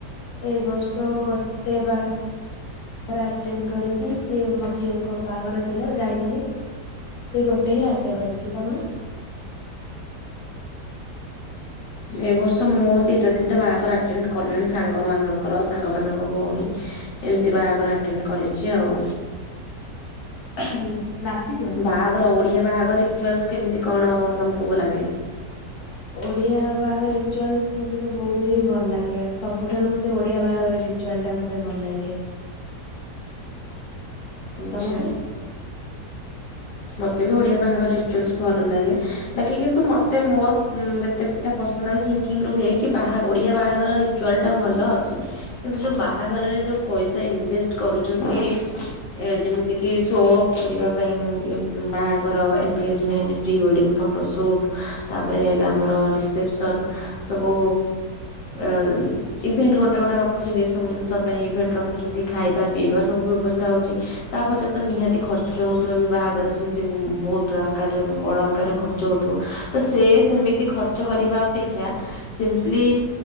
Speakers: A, on the left; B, on the left.
A: ଏଇ ବର୍ଷ ଗୋଟେ ବାହା ଘର ଆଟେଣ୍ଡ କରିକି ସିଏ ଆମ ଝିଅଙ୍କ ବାହାଘର ଥିଲା ଯାଇଥିଲି। ସେ ଗୋଟେ ହିଁ ଆଟେ କରୁଛି ତମେ?
B: ଏ ବର୍ଷ ମୁଁ ଦିଇଟା ତିନଟା ବାହାଘର ଆଟେଣ୍ଡ କଲିଣି ସା ଙ୍ଗ ମାନଙ୍କର ସାଙ୍ଗ ମାନଙ୍କ ଭୋଉଣୀ ଏମିତି ବାହାଘର ଆଟେଣ୍ଡ କରିଚି ଆଉ।
A: ହୁଁ ନାଚିଚୁ?
B: ବାହାଘର ଓଡି଼ଆ ବାହାଘର ରିଚୁଆଲସ୍ କେମିତି କଣ ତମୁକୁ ଲାଗେ?
A: ଓଡିଆ ବାହାଘର ରିଚୁଆଲସ୍ ମତେ ତ ବୋହୁତ ହିଁ ଭଲ ଲାଗେ ସବୁଠାରୁ ମତେ ଓଡିଆ ବାହାଘର ରି ଚୁଆଲଟା ମତେ ଭଲ ଲାଗେ।
B: ଆଚ୍ଛା।
A: ତମକୁ?
B: ମତେ ବି ଓଡିଆ ବାହାଘର ରିଚୁଲସ୍ ଭଲ ଲାଗେ ବାକି କିନ୍ତୁ ମତେ ମୋର ଉଁ ଏତେ ଏଟା ପର୍ସନାଲ ଥିଙ୍କିଙ୍ଗରୁ ହୁଏ କି ବାହା ଓଡ଼ିଆ ବାହାଘର ରିଚୁଆଲଟା ଭଲ ଅଛି କିନ୍ତୁ ଯୋଉ ବାହାଘରରେ ଯୋଉ ପଇସା ଇନଭେଷ୍ଟ୍ କରୁଚନ୍ତି ଏ ଯେମିତି କିି ସୋ ଅପ୍ କରିବା ପାଇଁ ଇଁ ଉଁ ବାହାଘର engagement pre wedding photo shoot ତାପରେ ହେଲା ଆମର ରିସେପସନ୍ ସବୁ ଆ ଇଭେଣ୍ଟ ଗୋଟା ଗୋଟା ରଖୁଚନ୍ତି ଏ ସବୁ ଜିନିଷ ପାଇଁ ଇଭେଣ୍ଟ ରଖୁଚନ୍ତି ଖାଇବା ପିଇବା ସବୁ ବ୍ୟବସ୍ଥା ହୋଉଚି ତା ପଛରେ ତ ନିହାତି ଖର୍ଚ୍ଚ ହୋଉଥିବ ବି ବାହାଘରରେ ସେମତି ବୋ ବୋହୁତ ଆକାରରେ ବଡ ଆକାରରେ ଖର୍ ର୍ଚ୍ଚ ହୋଉଥିବ ତ ସେ ସେମିତି ଖର୍ଚ୍ଚ କରିବା ଅପେକ୍ଷା ସିମ୍ପଲି